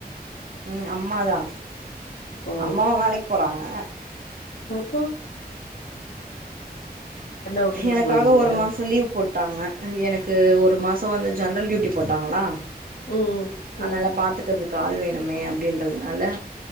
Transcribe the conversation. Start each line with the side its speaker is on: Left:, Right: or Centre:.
Right: ம் அம்மாதா
Left: ஓ
Right: அம்மாவும் வேலைக்கு போறாங்க
Left: இப்போ விட்டுட்டு
Right: எனக்காக
Left: போவீங்களா
Right: ஒரு மாசம் லீவ் போட் போட்டாங்க எனக்கு ஒரு மாசம் வந்து ஜென்ரல் டியூட்டி போட்டாங்களா
Left: ம்
Right: அதனால
Left: ம்
Right: பாத்துக்கிறது ஆள் வேணுமே அப்படின்றதுனால